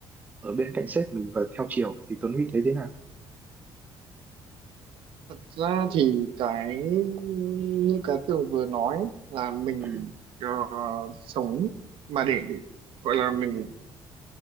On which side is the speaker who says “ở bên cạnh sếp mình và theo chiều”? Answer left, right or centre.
Right